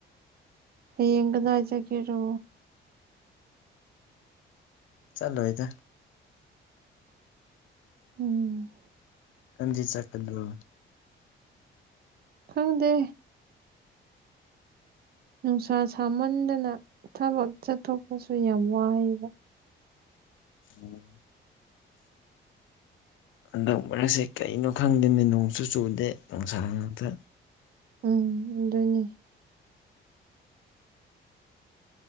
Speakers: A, on the right; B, on the left.
A: ꯍꯌꯦꯡ ꯀꯗꯥꯏ ꯆꯠꯀꯦꯔꯣ
B: ꯆꯠꯂꯣꯏꯗ
A: ꯎꯝ
B: ꯅꯪꯗꯤ ꯆꯠꯀꯗꯨ
A: ꯈꯪꯗꯦ ꯅꯨꯡꯁꯥ ꯁꯥꯃꯟꯗꯅꯥ ꯊꯕꯛ ꯆꯠꯊꯣꯛꯄꯁꯨ ꯌꯥꯝ ꯋꯥꯏꯕ
B: ꯎꯝ ꯍꯟꯗꯛ ꯃꯔꯛꯁꯦ ꯀꯩꯅꯣ ꯈꯪꯗꯦꯅꯦ ꯅꯣꯡꯁꯨ ꯆꯨꯗꯦ ꯅꯨꯡꯁꯥ ꯉꯥꯛꯇ
A: ꯎꯝ <unintelligible> ꯑꯗꯨꯅꯤ